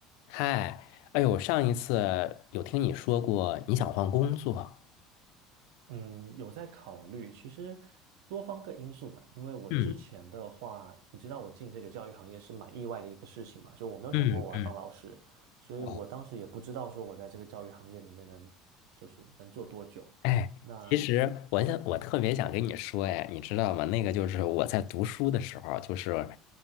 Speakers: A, on the left (about 70°); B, on the right (about 90°).
A: 嗨，哎呦，上一次有听你说过你想换工作，
B: 嗯，有在考虑，其实多方个因素吧。因为我之前的话，
A: 嗯
B: 你知道我进这个教育行业是蛮意外的一个事情嘛，就我没有想过我要当老师，
A: 嗯嗯，
B: 所以我当时也不知道说我在这个教育行业里面能就是能做多久。
A: 哦，哎，
B: 那
A: 其实我想我特别想跟你说，哎，你知道吗？那个就是我在读书的时候，就是